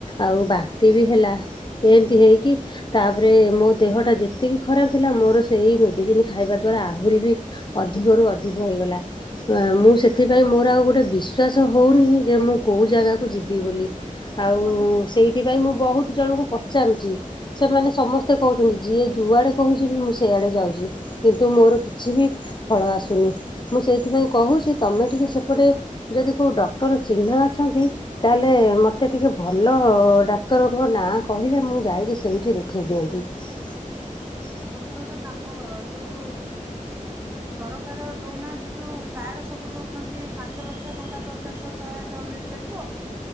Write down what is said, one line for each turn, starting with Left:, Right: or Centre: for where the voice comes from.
Left: ଆଉ ବାନ୍ତି ବି ହେଲା ଏମିତି ହେଇ କି ତାପରେ ମୋ ଦେହଟା ଯେତିକି ଖରାପ ଥିଲା ମୋର ସେଇ ମେଡିସିନ ଖାଇବା ଦ୍ୱାରା ଆହୁରି ବି ଅଧିକ ରୁ ଅଧିକ ହୋଇଗଲା। ମୁଁ ସେଥିପାଇଁ ମୋର ଆଉ ଗୋଟେ ବିଶ୍ୱାସ ହେଉନି ଯେ ମୁଁ କେଉଁ ଜାଗାକୁ ଯିବି ବୋଲି। ଆଉ
Right: ତମ
Left: ସେଇଥି ପାଇଁ ମୁଁ ବହୁତ ଜଣଙ୍କୁ ପଚାରୁଛି? ସେମାନେ ସମସ୍ତେ କହୁଛନ୍ତି ଯିଏ ଯୁଆଡେ କହୁଛି ବି ମୁଁ ସେଆଡେ ଯାଉଛି। କିନ୍ତୁ ମୋର କିଛି ବି ଫଳ ଆସୁନି ମୁଁ ସେଇଥିପାଇଁ କହୁଛି। ତମେ ଟିକେ ସେପଟେ ଯଦି କେୋଉ ଡକ୍ଟର ଚିହ୍ନ ଅଛନ୍ତି। ତାହେଲେ ମୋତେ ଟିକେ ଭଲ ଡାକ୍ତରଙ୍କ ନାଁ କହିଲେ ମୁଁ ଯାଇକି ସେଇଠି ଦେଖେଇ ଦିଅନ୍ତି। <inaudible>
Right: ତମେ ଗୋଟେ କାମ କର ଯୋଉ ସରକାର ଦଉନାହାନ୍ତି ଯୋଉ କାର୍ଡ ସବୁ ଦଉଛନ୍ତି ପାଞ୍ଚ ଲକ୍ଷ ଟଙ୍କା ପର୍ଯ୍ୟନ୍ତ ସହାୟତା ମିଳିପାରିବ।